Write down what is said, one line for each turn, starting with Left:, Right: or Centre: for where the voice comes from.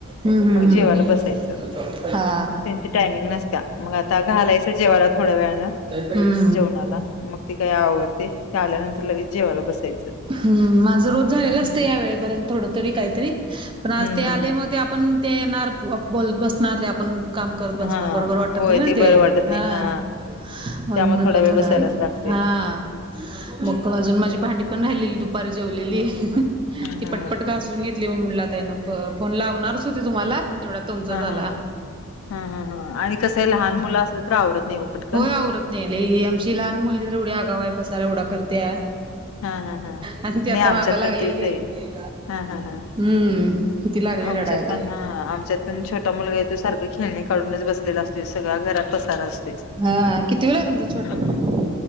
Right: हम्म हम्म
Left: मग जेवायला
Right: हम्म
Left: बसायचं.
Right: हा हा
Left: त्यांची टायमिंग नसत्या. मग आता घालाय च जेवायला थोड्या वेळानं.
Right: <inaudible> हम्म.
Left: जेवणाला, मग ती काही आवरते. ते आल्यानंतर लगेच जेवायला बसायचं.
Right: हम् माझं रोज झालेल
Left: हम्म
Right: असतं या वेळेपर्यंत थोड तरी, काही तरी पण आज
Left: हम्म
Right: ते
Left: हम्म
Right: आले मग ते आप पण ते येणार बोलत बसणार ते आपण काम करत बसणार,
Left: हा
Right: बरोबर वाटत
Left: होय
Right: नाही ना ते?
Left: बरं वाटत
Right: ह.
Left: नाही ना
Right: म्हणून
Left: त्यामुळे
Right: म्हटलं
Left: थोडा वेळ
Right: थोड्या
Left: बसायलाच
Right: वेळान.
Left: लागते.
Right: हा मग
Left: हम्म.
Right: अजून माझी भांडी पण राहिलेली दुपारी जेवलेली.
Left: हा
Right: ती
Left: हा
Right: पटपट
Left: हा
Right: घास न घेतली <unintelligible> फोन लावणारच होती तुम्हांला तेवढ्यात तुमचाच
Left: हा
Right: आला.
Left: हा हा हा हा आणि कसं आहे लहान मुलं असले तर आवरत नाही हो पटकन.
Right: होय आवरत नाही लई ही आमची लहान मुलगी तर एवढी आगाव हाय, पसारा एवढा करत्या
Left: हा हा हा
Right: आता ती
Left: नाही
Right: आता
Left: आमच्यात
Right: मागं लागलेली
Left: पण तेच
Right: आहे.
Left: हा हा हा
Right: हम्म. ती लागली
Left: आमच्यात
Right: रडायला
Left: पण ह. आमच्यात पण छोटा मुलगा आहे तो सारखं खेळणी काढूनच बसलेला असतोय. सगळा घरात पसारा असतोय.
Right: हा कितवीला आहे तुमचा छोटा
Left: हम
Right: मुलगा